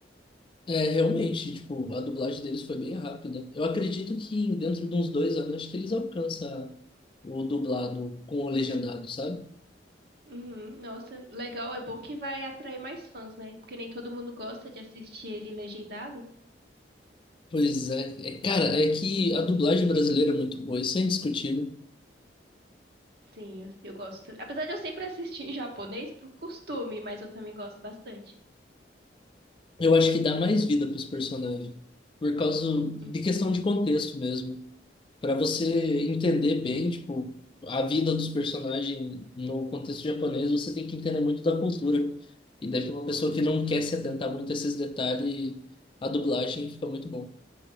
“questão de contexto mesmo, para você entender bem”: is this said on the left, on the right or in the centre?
Left